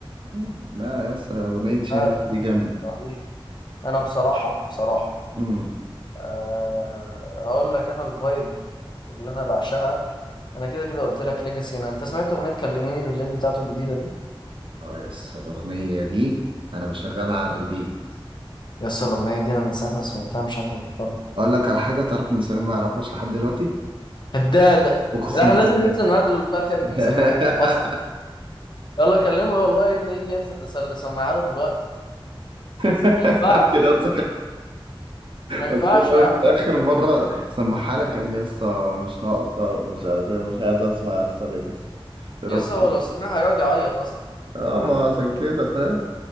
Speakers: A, on the right (about 60°); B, on the left (about 55°).
A: آه، لا يا اسطى أغنية شمس
B: لا الهم
A: دي جامدة
B: رهيب انا بصراحه بصراحه
A: أمم.
B: أه هقول لك انا الفايب اللي انا بعشقها انا كده كده قلت لك ليجاسي انا انت سمعت اغنيه كلميني بالليل بتاعته الجديده دي
A: اه يا اسطى الأغنية دي أنا بشغلها على الريبيت
B: يا اسطى الاغنيه دي انا من ساعه ما سمعتها مش عارف ابطلها
A: أقول لك على حاجة تعرف إن سمير ما يعرفهاش لحد دلوقتي؟
B: كدابه
A: أقسم
B: لا احنا
A: بالله
B: لازم ننزل معاه دلوقتي يا
A: <laughs>
B: ابني نسمعها له اصلا يلا كلمه والله يا ابني يجي ينزل نسل- نسمعها له دلوقتي
A: <laughs>
B: ما ينفعش
A: كده
B: ما ينفعش
A: قلت له
B: يا عم
A: بس اخر مره سمعها لك قال لي يا اسطى مش ناقصه ومش عارف ايه مش عايز اسمع يا اسطى ليجاسي قلت
B: يا
A: له
B: اسطى
A: خلاص
B: هو لو سمعها هيقعد يعيط اصلا
A: اه ما عشان كده فاهم